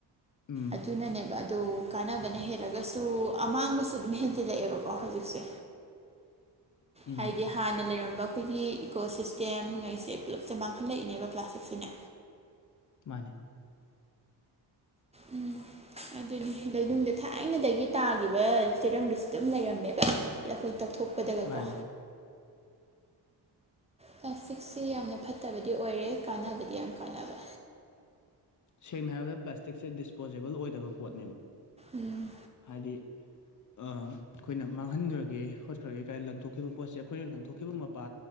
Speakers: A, on the left; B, on the right.
A: ꯎꯝ
B: ꯑꯗꯨꯅꯅꯦꯕ ꯑꯗꯣ ꯀꯥꯟꯅꯕꯅ ꯍꯦꯜꯂꯒꯁꯨ ꯑꯃꯥꯡꯕꯁꯨ ꯑꯗꯨꯝ ꯍꯦꯟꯖꯤꯜꯂꯛꯑꯦꯕꯀꯣ ꯍꯧꯖꯤꯛꯁꯦ
A: ꯎꯝ
B: ꯍꯥꯏꯗꯤ ꯍ ꯍꯥꯟꯅ ꯂꯩꯔꯝꯕ ꯑꯩꯈꯣꯏꯒꯤ ꯏꯀꯣ ꯁꯤꯁꯇꯦꯝ ꯉꯩꯁꯦ ꯄꯨꯜꯂꯞꯁꯦ ꯃꯥꯡꯍꯜꯂꯛꯏꯅꯦꯕ ꯄ꯭ꯂꯥꯁꯇꯤꯛꯁꯤꯅꯦ
A: ꯃꯥꯅꯦ
B: ꯎꯝ ꯑꯗꯨꯅꯤ ꯂꯩꯅꯨꯡꯗ ꯊꯥꯏꯅꯗꯒꯤ ꯇꯥꯈꯤꯕ ꯆꯦꯔꯪꯗꯨꯁꯨ ꯑꯗꯨꯝ ꯂꯩꯔꯝꯃꯦꯗꯅ ꯂꯈꯣꯏ ꯇꯧꯊꯣꯛ ꯄꯗꯒꯀꯣ
A: ꯃꯥꯅꯦ
B: ꯄ꯭ꯂꯥꯁꯇꯤꯛꯁꯤ ꯌꯥꯝꯅ ꯐꯠꯇꯕꯗꯤ ꯑꯣꯏꯔꯦ ꯀꯥꯟꯅꯕꯗꯤ ꯌꯥꯝ ꯀꯥꯟꯅꯕ
A: ꯁꯦꯡꯅ ꯍꯥꯏꯔꯕꯗ ꯄ꯭ꯂꯥꯁꯇꯤꯛꯁꯦ ꯗꯤꯁꯄꯣꯖꯤꯦꯕꯜ ꯑꯣꯏꯗꯕ ꯄꯣꯠꯅꯦꯕ
B: ꯎꯝ
A: ꯍꯥꯏꯗꯤ ꯑ ꯑꯩꯈꯣꯏꯅ ꯃꯥꯡꯍꯟꯈ꯭ꯔꯒꯦ ꯈꯣꯠꯈ꯭ꯔꯒꯦ ꯀꯥꯏꯅ ꯂꯪꯊꯣꯛꯈꯤꯕ ꯄꯣꯠꯁꯦ ꯑꯩꯈꯣꯏꯅ ꯂꯪꯊꯣꯛꯈꯤꯕ ꯃꯄꯥ